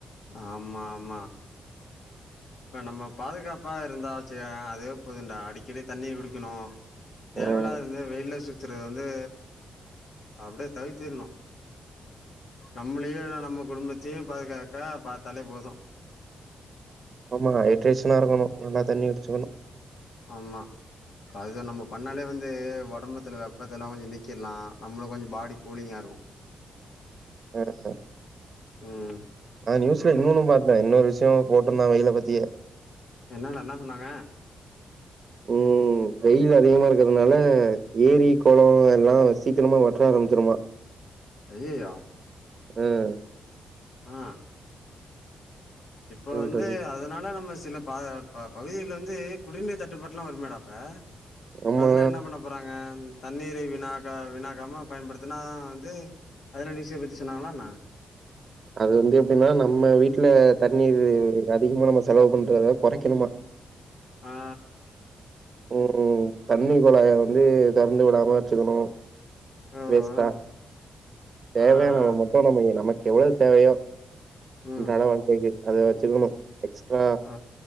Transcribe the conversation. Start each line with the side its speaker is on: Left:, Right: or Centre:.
Left: ஆமாமா இப்ப நம்ம பாதுகாப்பா இருந்தா வெச்சுவய அதுவே போதுண்டா அடிக்கடி தண்ணிய குடிக்கணு தேவயில்லாது
Right: ம்
Left: இருந்தா வெளில சு சுத்துறது வந்து அப்டியே தவிர்த்திர்ணு நம்மளயு நம்ம குடும்பத்தயு பாதுகாக்கா பாத்தாலே போது
Right: ஆமா ஹைட்ரைஷனா இருக்கணு நல்லா தண்ணி குடிச்சுக்கணு
Left: ஆமா அதுதா நம்ம பண்ணாலே வந்து ஒடம்புத்தில்ல வெப்பத்தெல்லா கொஞ்சோ நீக்கிலா நம்மளு கொஞ்சோ பாடி கூலிங்கா இருக்கு
Right: சேரி சேரி
Left: ம்
Right: ஆ நியூஸ்ல இன்னொன்னு பாத்த இன்னொரு விஷ்யோ போட்டுருந்தான் வெய்யில பத்தியே
Left: என்னடா என்ன சொன்னாங்க
Right: ம் வெயில் அதிகமா இருக்கறதுனால ஏரி, கொளோ எல்லா சீக்கிரமா வற்ற ஆரம்பிச்சிருமா
Left: அய்யய்யோ
Right: ம்
Left: ஆ இப்ப
Right: பண்றது
Left: வந்து அ அதனால நம்ம சில ப பகுதில வந்து குடிநீர் தட்டுப்பாட்டெல்லா வருமேடா அப்ப
Right: ஆமா
Left: அதெல்லா என்ன பண்ண போறாங்க தண்ணீரை வீணாக வீணாக்காம பயன்படுத்துனா வந்து அதுல நியூஷோ பத்தி சொன்னாங்ளா என்ன
Right: அது வந்து எப்டினா நம்ம வீட்ல தண்ணீர் அதிகமா நம்ம செலவு பண்றத கொறைக்கணுமா
Left: ஆ ஆ
Right: ம் தண்ணி கொழாய வந்து தெறந்து விடாம வெச்சுக்கணு
Left: ஓ,
Right: வேஸ்டா
Left: ஓ.
Right: தேவயானளவு
Left: ஆ, ஆ.
Right: மட்டு நம்ம நமக்கு எவ்ளோ தேவயோ
Left: ம்.
Right: அன்றாட வாழ்க்கைக்கு அத வெச்சுக்கணு எக்ஸ்ட்ரா
Left: ஆ